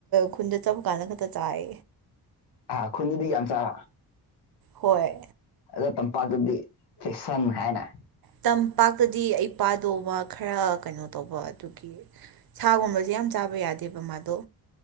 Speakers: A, on the right; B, on the left.
A: ꯈꯨꯟꯗ ꯆꯠꯄ ꯀꯥꯟꯗ ꯈꯛꯇ ꯆꯥꯏ
B: ꯑꯥ ꯈꯨꯨꯟꯗꯤ ꯌꯥꯝ ꯆꯕ
A: ꯍꯣꯏ
B: ꯑꯗꯣ ꯇꯝꯄꯥꯛꯇꯗꯤ ꯐꯦꯁꯟ ꯍꯥꯏꯅ
A: ꯇꯝꯄꯥꯛꯇꯗꯤ ꯑꯩ ꯄꯥꯗꯣ ꯃꯥ ꯈꯔ ꯀꯩꯅꯣ ꯇꯧꯕ ꯑꯗꯨꯒꯤ ꯁꯥ ꯒꯨꯝꯕꯁꯦ ꯌꯥꯝ ꯆꯥꯕ ꯌꯥꯗꯦꯕ ꯃꯥꯗꯣ